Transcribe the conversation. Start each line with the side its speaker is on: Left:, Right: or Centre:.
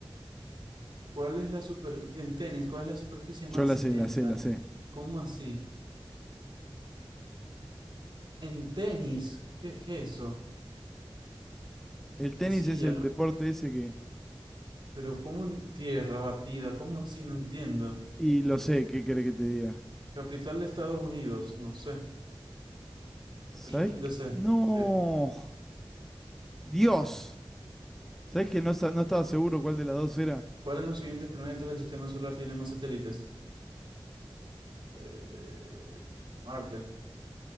Right: ¿Cuál es la super... En tenis, ¿cuál es la superficie más
Centre: Yo la sé,
Right: lenta?
Centre: la sé, la sé.
Right: ¿Cómo así? En tenis, ¿qué es eso?
Centre: El
Right: Arcilla,
Centre: tenis es el
Right: ¿no?
Centre: deporte ese que...
Right: Pero ¿cómo en tierra batida? ¿Cómo así? No entiendo.
Centre: Y lo sé, ¿qué querés que te diga?
Right: Capital de Estados Unidos, no sé.
Centre: ¿Sabés?
Right: Washington DC,
Centre: qué? No.
Right: sí.
Centre: Dios. ¿Sabés que no, sa- no estaba seguro cuál de las dos era?
Right: ¿Cuál en los siguientes planetas del sistema solar tiene más satélites? Eh, Marte.